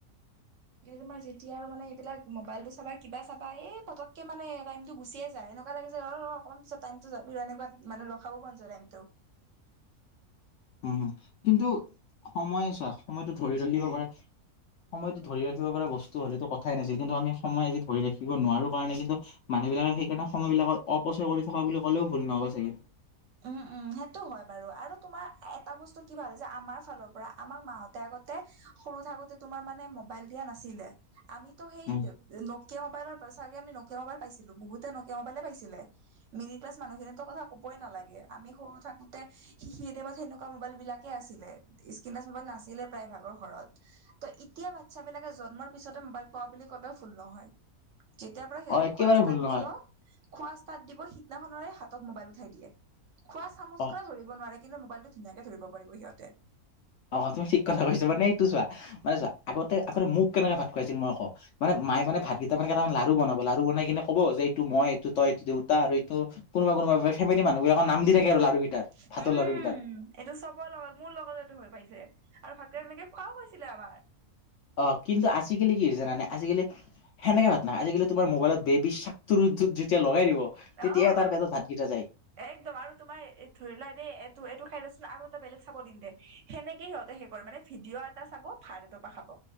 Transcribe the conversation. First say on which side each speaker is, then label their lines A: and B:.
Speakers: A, on the right; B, on the left.
A: এই তোমাৰ যেতিয়া আৰু মানে এইবিলাক। মোবাইলটো চাবা কিবা চাবা এই পটককে মানে টাইমটো গুচিয়ে যায় এনেকুৱা লাগে ৰ অকমান পিছত, টাইমটো যে তেনেকুৱা মানে ৰখাব পৰা নাযায় টাইমতটো।
B: উম হুম কিন্তু সময়ে চোৱা সময়টো ধৰি ৰাখিব পাৰে। সময়তো ধৰি ৰাখিব পৰা বস্তু হ'লেতো কথাই নাছিল কিন্তু আমি সময় আজি ধৰি ৰাখিব নোৱাৰো কাৰণে কিন্তু, মানুহবিলাকে সেইকাৰণে সময় বিলাকত অপচয় কৰি থকা বুলি ক'লেও ভুল নহ'ব চাগে।
A: উম উম সেইটো হয় বাৰু আৰু তোমাৰ এটা বস্তু কি ভাল যে আমাৰ ফালৰ পৰা আমাক মাহতে আগত। সৰু থাকোতে তোমাৰ মানে মবাইল দিয়া নাছিলে আমিতো সেই,
B: উম,
A: নকিয়া মোবাইলৰ চাগে আমি নকিয়া মবাইল পাইছিলো বহুতে নকিয়া মবাইলে পাইছিলে মিডিল ক্লাছ মানুহখিনি। কথা ক'বই নালাগে আমি সৰু থাকোতে শিকি টাইমত সনেকুৱা মোবাইল বিলাক। আছিলে স্ক্ৰিন টাচ মোবাইল নাছিলে প্ৰায় ভাগৰ ঘৰত। ত এতিয়া বাচ্ছাবিলাকে জন্মৰ পিছতে মোবাইল পোৱা বুলি কলেও ভুল নহয়। যেতিয়া পৰা সিহঁতে
B: অ, একেবাৰে
A: খোৱা ষ্টাত
B: ভুল নহয়
A: দিব খোৱা ষ্টাত দিব সিদিনাখৰে হাতত মোবাইল উঠাই দিয়ে। খোৱা চামুচ
B: অ,
A: খনে ধৰিব নোৱাৰে কিন্তু মবাইলটো ধুনীয়াকে ধৰিব পাৰিব সিহঁতে।
B: অ তুমি ঠিক কথা কৈছা মানে এইটো চোৱা মানে চোৱা আগতে আগতে মোক কেনেকে ভাত খুৱাইছিল মই কৌ, মানে মায়ে মানে ভাত কেইটামান কেইটামান লাৰু বনাব লাৰু বনাই কিনে ক'ব যে এইটো মই এইটো তই এইটো আৰু এইটো কোনোবা কোনোবা ফেমেলি মানুহবিলাক নাম দি থাকে আৰু লাৰু কেইটাৰ
A: উম
B: ভাতৰ লাৰু কেইটাক,
A: এইটো চবৰ লগত মোৰ লগতটো হৈ পাইছে আৰু ভালকে এনেকে খোৱাও হৈছিলে আমাৰ।
B: অ কিন্তু আজিকালি কি হৈছে জানানে আজিকালি। সেনেকে ভাত নাখাই আজিকালি তোমাৰ মোবাইল বেবী সক্তুৰুটোৰ যেতিয়া লগাই দিব।
A: অহ,
B: তেতিয়াই তাৰ পেটত ভাতকেইটা যায়।
A: একদম আৰু তোমাৰ ধৰি লোৱা দেই এইটো এইটো খাই লচোন আৰু এটা বেলেগ চাব দিম দে। সেনেকে সিহঁতে সে কৰে মানে ভিডিঅ' এটা চাব ভাত এটোপা খাব